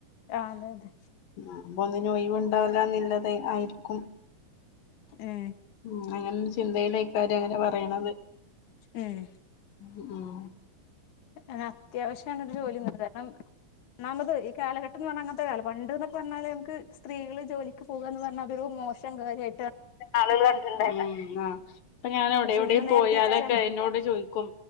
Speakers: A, on the left; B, on the left.
A: ആഹ് അതെ അതെ
B: അപ്പോ ഒന്നിനു ഒയിവ് ഇണ്ടാവില്ലന്നില്ലത് ആരിക്കും
A: ഏഹ്
B: മ്മ് അങ്ങനെ ചിന്തയിലായിക്കാര് അങ്ങനെ പറയണത്
A: ഉം
B: ഉം ഉം
A: ഏഹ് അത്യാവശ്യം <unintelligible> ഒരു ജോലിന്നത് കാരണം ഒന്നാമത് ഈ കാലഘട്ടം എന്ന് പറഞ്ഞാ അങ്ങത്തെരു <unintelligible> പറഞ്ഞാല് നമക്ക് സ്ത്രീകള് ജോലിക്ക് പോകുക എന്ന് പറഞ്ഞാ അത് ഒരു മോശം കാര്യയ
B: ആളുകള് കണ്ടിരുന്നെന്ന് ഇപ്പോ ഞാൻ എവെടെ
A: പക്ഷെ
B: എവെടെയും
A: ഇന്ന് നേരെ
B: പോയാലക്കെ
A: തിരിച്ചാണ്
B: എന്നോട് ചോയ്ക്കും